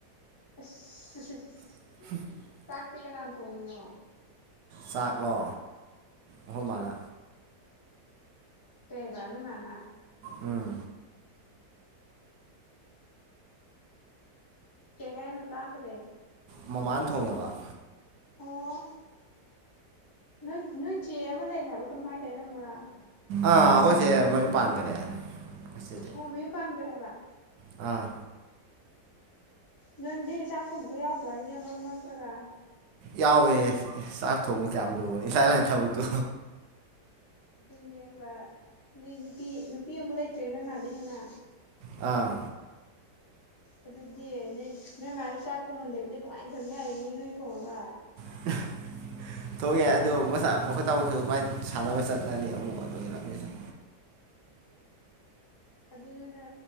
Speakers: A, on the left; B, on the right.
A: <unintelligible>
B: <unintelligible>
A: ꯆꯥꯛꯇꯤ ꯀꯅꯥ ꯊꯣꯡꯉꯤꯅꯣ
B: ꯆꯥꯛꯂꯣ ꯑꯈꯣꯏ ꯃꯥꯅ
A: ꯀꯩꯕ ꯅꯣꯏ ꯃꯥꯅ
B: ꯎꯝ
A: ꯀꯩ ꯍꯥꯏꯅꯣ ꯇꯥꯗ꯭ꯔꯦ
B: ꯃꯃꯥꯅ ꯊꯣꯡꯉꯦꯕ
A: ꯑꯣ ꯅꯣꯏ ꯅꯣꯏ ꯆꯦ ꯑꯃ ꯂꯩ ꯍꯥꯏꯕ ꯀꯩꯅꯣꯝ ꯍꯥꯏꯗꯥꯏ ꯅꯪꯕꯨ ꯉꯔꯥꯡ
B: ꯑꯥ ꯑꯩꯈꯣꯏ ꯆꯦ ꯃꯌꯨꯝ ꯄꯥꯟꯈꯔꯦ ꯑꯩꯈꯣꯏꯆꯦꯗꯤ
A: ꯑꯣ ꯃꯌꯨꯝ ꯄꯥꯟꯒ꯭ꯔꯦ ꯍꯥꯏꯕ
B: ꯑꯥ
A: ꯅꯪꯗꯤ ꯆꯥꯛ ꯊꯣꯡꯕꯒ ꯌꯥꯎꯗ꯭ꯔꯣ ꯍꯥꯏꯁꯦ ꯃꯔꯛ ꯃꯔꯛꯇꯒ
B: ꯌꯥꯎꯋꯦ ꯆꯥꯛ ꯊꯣꯡꯕ ꯀꯌꯥꯝ ꯂꯨꯒꯅꯤ ꯏꯂꯥꯏ ꯂꯥꯏ ꯊꯕꯛꯇꯨ
A: ꯑꯗꯨꯅꯦꯕ ꯅꯣꯏ ꯅꯨꯄꯤ ꯅꯨꯄꯤ ꯑꯝꯕꯨꯛ ꯂꯩꯇ꯭ꯔꯦ ꯅꯣꯏ ꯃꯥꯗꯩ ꯍꯦꯟꯅ
B: ꯑꯥ
A: ꯑꯗꯨꯗꯤ ꯅꯣꯏ ꯃꯥꯗꯣ ꯆꯥꯛ ꯊꯣꯡꯍꯟꯗꯕꯤꯗ ꯅꯨꯡꯉꯥꯏꯅ ꯊꯝ ꯌꯥꯔꯦꯅꯦ ꯅꯣꯏꯅ ꯊꯣꯡꯉꯒ
B: <unintelligible> ꯊꯣꯡ ꯌꯥꯏ ꯑꯗꯨ ꯑꯩꯈꯣꯏ ꯇꯥꯃꯁꯨ ꯃꯥꯏ ꯁꯥꯟꯅꯕ ꯆꯠꯂꯅꯤ ꯑꯃꯨꯛ ꯑꯗꯨ ꯂꯣꯏꯅ ꯆꯠ
A: ꯑꯗꯨ ꯅꯣꯏꯅ